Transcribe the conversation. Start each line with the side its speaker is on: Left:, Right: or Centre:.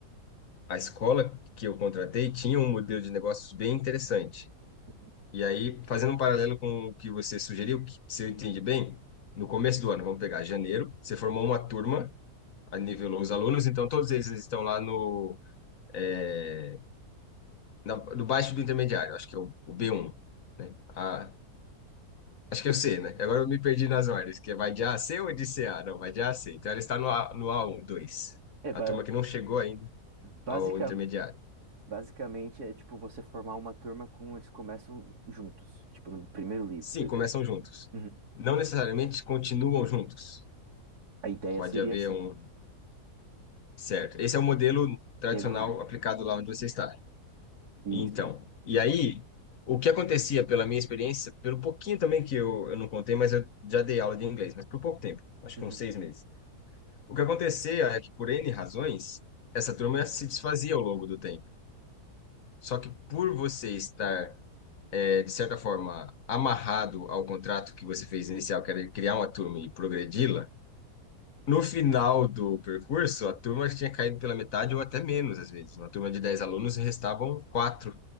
Left: a escola que eu contratei tinha um modelo de negócios bem interessante.
Right: <laughs> uhum.
Left: E aí, fazendo um paralelo com o que você sugeriu, que, se eu entendi bem, no começo do ano, vamos pegar janeiro, você formou uma turma, aí nivelou os alunos, então todos eles estão lá no, é, na, no baixo do intermediário, acho que é o, o b um. né? A, acho que é o C, né? Agora eu me perdi nas ordens, que é vai de A a C ou de C a? Não, vai de A a C. Então ela está no, a, no A1, 2,
Right: É, ba
Left: a turma que não chegou ainda
Right: basica-
Left: ao intermediário.
Right: basicamente é tipo você formar uma turma com eles começam juntos, tipo no primeiro livro,
Left: Sim,
Right: por exemplo.
Left: começam juntos.
Right: Uhum.
Left: Não necessariamente continuam juntos.
Right: A ideia
Left: Pode
Right: seria
Left: haver
Right: assim,
Left: um. Certo. Esse é o modelo tradicional
Right: regular.
Left: aplicado lá onde você está.
Right: Isso.
Left: Então, e aí, o que acontecia pela minha experiência, pelo pouquinho também que eu, eu não contei, mas eu já dei aula de inglês, mas por pouco tempo, acho
Right: Uhum.
Left: que uns seis meses. O que acontecia é que, por N razões, essa turma se desfazia ao longo do tempo. Só que por você estar, eh, de certa forma, amarrado ao contrato que você fez inicial, que era criar uma turma e progredi-la, No final do percurso, a turma tinha caído pela metade ou até menos, às vezes. Uma turma de 10 alunos e restavam quatro